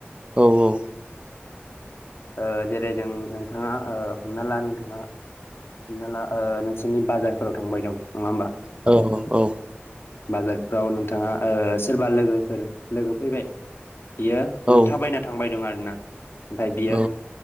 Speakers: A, on the right; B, on the left.
A: औ औ
B: ओ जेरै नों नोंथाङा ओ हमना ला नोंथाङा हमना ला ओ नोंसोरनि बाजारफोराव थांबाय दं नङा होमबा
A: औ औ
B: बाजारफ्राव नोंथाङा ओ सोरबा लोगोफोर लोगो फैबाय बियो नों
A: औ
B: थाबायना थांबाय दं आरोना ओमफाय बियो
A: औ